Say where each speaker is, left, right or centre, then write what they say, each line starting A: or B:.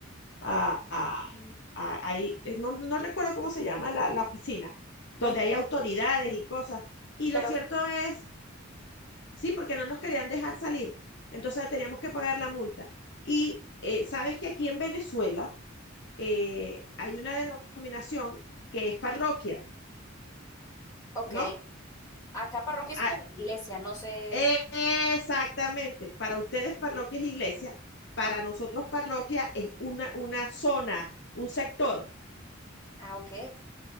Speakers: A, on the left; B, on the left.
A: a, a-
B: Mm.
A: a- ahí, eh, no, no recuerdo cómo se llama la, la oficina, donde
B: Ay, yo-
A: hay autoridades y cosas. Y
B: pero
A: lo cierto
B: sí.
A: es, sí, porque no nos querían dejar salir, entonces teníamos que pagar la multa. Y eh, sabes que aquí en Venezuela eh, hay una denominación que es parroquia,
B: Ok.
A: ¿no?
B: Acá parroquia es
A: A-
B: como iglesia, no sé.
A: e- exactamente, para ustedes parroquia es iglesia, para
B: Ah,
A: nosotros parroquia es una, una zona, un sector.
B: ah, ok.